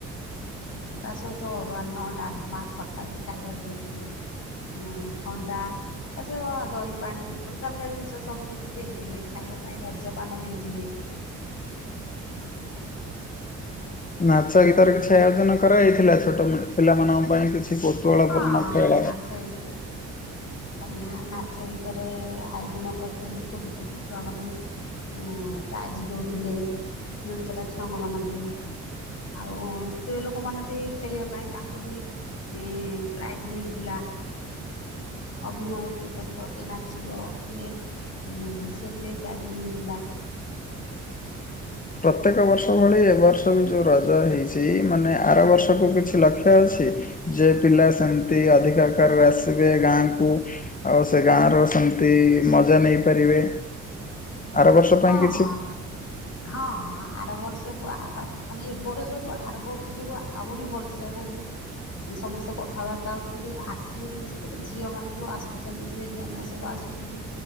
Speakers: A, on the left; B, on the left.
A: ତା ସହିତ ଅରୁଆନ ଡାଲମା ଖଟା ବି ଖାଇବାକୁ ଦେଇଥିଲେ। ଏଁ ଥଣ୍ଡା ଆ ସ ଦହି ପାଣି ଅଲଗା ଅଲଗା ଜିନିଷ ସବୁ କିିଛି ଦେଇଥିଲେ। ଖାଇବା ପାଇଁ ରଜପାନ ଦେଇଥିଲେ।
B: ନାଚ ଗୀତରେ କିଛି ଆୟୋଜନ କରାଯାଇଥିଲା, ଛୋଟ ପିଲାମାନଙ୍କ ପାଇଁ କିଛି କୌତୁହଳପୂର୍ଣ୍ଣ
A: ହଁ ହଁ
B: ଖେଳ?
A: ନାଚ ଗୀତ ଆଜ୍ଞା ନାଚ ଗୀତରେ ଆୟୋଜନ କରିଥିଲେ। ଛୋଟ ଛୋଟ ଛୁଆମାନେ ହଁ ପ୍ରାଇଜ ଦଉଥିଲେ ମିଳୁଥିଲା ଛୁଆଙ୍କ ମାନଙ୍କୁ। ଆଉ ସ୍ତ୍ରୀ ଲୋକମାନେ ବି ଖେଳିବା ପାଇଁ ତାଙ୍କୁ ବି ଇଁ ଇଁ ପ୍ରାଇଜ ମିଳିଥିଲା। ଅଭିନୟ କିଏ କରିବ କିଏ ନାଚିବ କିଏ ହଁ ସେଥିରେ ବି ପ୍ରାଇଜ୍ ମିଳିଥିଲା।
B: ପ୍ରତ୍ୟେକ ବର୍ଷ ଭଳି ଏ ବର୍ଷ ବି ଯୋଉ ରଜ ହେଇଚି ମାନେ ଆର ବର୍ଷକୁ କିଛି ଲକ୍ଷ୍ୟ ଅଛି? ଯେ ପିଲା ସେମତି ଅଧିକ ଆକାରରେ ଆସିବେ ଗାଁ କୁ ଆଉ ସେ ଗାଁର ସେମତି ମଜା ନେଇପାରିବେ। ଆର ବର୍ଷ ପାଇଁ
A: ହଁ
B: କିଛି
A: ହଁ। ହଁ ହଁ ଆର ବର୍ଷକୁ ଆହୁ ମାନେ ଏ ବର୍ଷଠୁ ଆର ବର୍ଷକୁ ଆହୁରି ଭଲସେ ହବ ବୋଲି ସମସ୍ତେ କଥାବାର୍ତ୍ତା ହଉଚନ୍ତି ଆସିବେ ବି ସେଥିରେ ଝିଅମାନେ ଯୋଉ ଆସୁଚନ୍ତି ଝିଅ ଝିଆଣିଆ ସବୁ ଆସୁଚ ଯିବି।